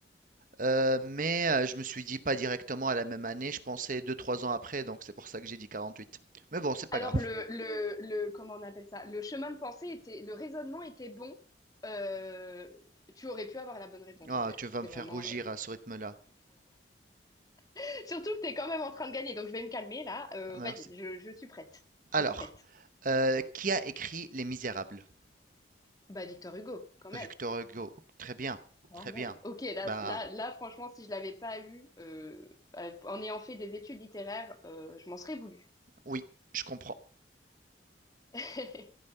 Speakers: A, on the right; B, on the left.
A: euh, mais euh, je me suis dit pas directement à la même année. Je pensais deux trois ans après, donc c'est pour ça que j'ai dit quarante-huit. Mais bon, c'est pas
B: Alors
A: grave.
B: le, le, le comment on appelle ça? Le chemin de pensée était, le raisonnement était bon. Euh, tu aurais pu avoir la bonne réponse
A: Ah,
B: en fait.
A: tu vas
B: C'est
A: me faire
B: vraiment.
A: rougir
B: euh,
A: à ce rythme-là.
B: <laughs> Surtout que t'es quand même en train de gagner, donc je vais me calmer là. Euh,
A: Ah, merci.
B: vas-y, je, je suis prête.
A: Alors,
B: Je suis prête.
A: euh, qui a écrit Les Misérables?
B: Bah Victor Hugo, quand même.
A: Victor Hugo. Très bien,
B: Quand
A: très
B: même.
A: bien.
B: Ok, là,
A: Bah
B: là, là, franchement, si je l'avais pas eu, euh, euh, en ayant fait des études littéraires, euh, je m'en serais voulu.
A: oui, je comprends.
B: <laughs>